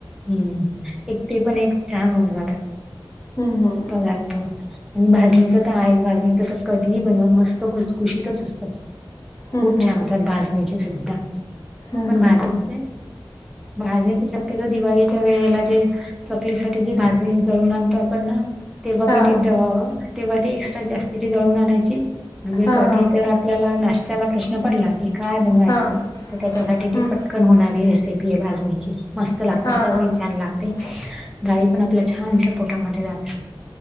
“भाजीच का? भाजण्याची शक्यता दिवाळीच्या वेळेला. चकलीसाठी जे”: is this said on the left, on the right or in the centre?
Centre